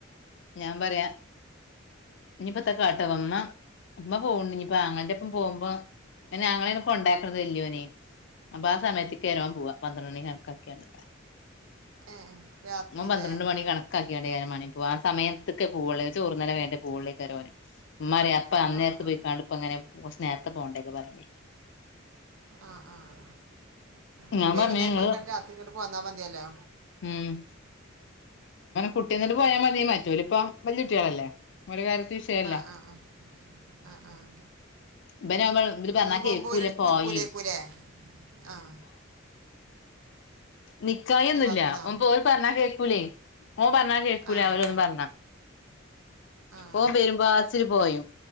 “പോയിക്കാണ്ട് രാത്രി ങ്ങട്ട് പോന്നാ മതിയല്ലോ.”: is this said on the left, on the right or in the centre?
Right